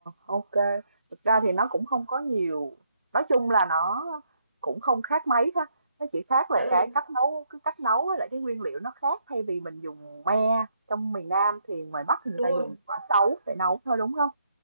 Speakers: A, on the right; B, on the right.
A: OK. Thực ra thì nó cũng không có nhiều, nói chung là nó cũng không khác mấy ha, nó chỉ khác là
B: Dạ đúng,
A: cái cách nấu cái cách nấu với lại cái nguyên liệu nó khác, thay vì mình dùng me trong miền Nam thì ngoài Bắc thì người
B: đúng
A: ta
B: rồi.
A: dùng quả sấu để nấu thôi, đúng không?